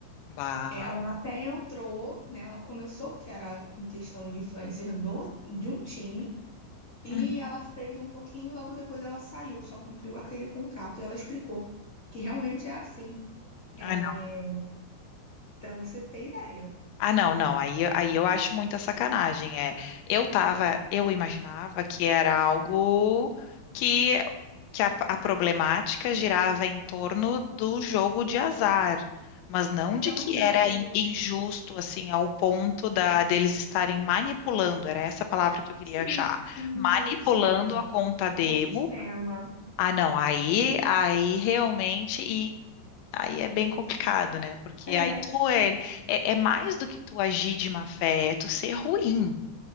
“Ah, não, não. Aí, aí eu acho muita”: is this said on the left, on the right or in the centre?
Left